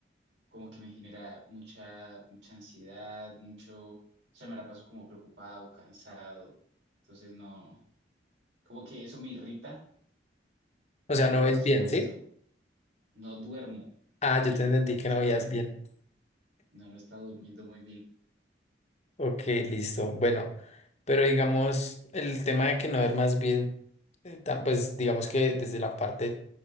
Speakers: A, on the right; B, on the left.
A: como que me genera mucha, mucha ansiedad, mucho, o sea, me la paso como preocupado, cansado. Entonces no, como que eso me irrita
B: O
A: y
B: sea,
A: me
B: no
A: la
B: ves
A: paso
B: bien,
A: molesto.
B: ¿sí?
A: No duermo
B: Ah,
A: bien,
B: yo te entendí
A: no
B: que
A: he estado
B: no veías
A: durmiendo,
B: bien.
A: no, no he estado durmiendo muy bien.
B: Ok, listo. Bueno, pero digamos, el tema de que no ver más bien, eh, ta- pues digamos que desde la parte